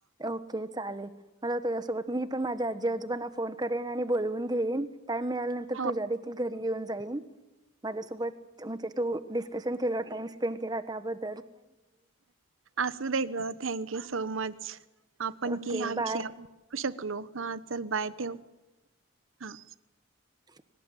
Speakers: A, on the right; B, on the right.
A: ओके चालेल मला तुझ्या सोबत मी पण माझ्या आजी आजी आजोबांना फोन करेन आणि बोलवून घेईन टाइम मिळाल्या नंतर
B: हो
A: तुझ्या देखील घरी येऊन जाईल <inaudible> माझ्यासोबत म्हणजे तू डिस्कशन केलं टाइम स्पेंड केला त्याबद्ल
B: असू दे ग थँक यू सो मच अच्छा आपण
A: ओके
B: कि ह्या विषया
A: बाय.
B: बोलू शकलो हा चल बाय ठेव हा
A: च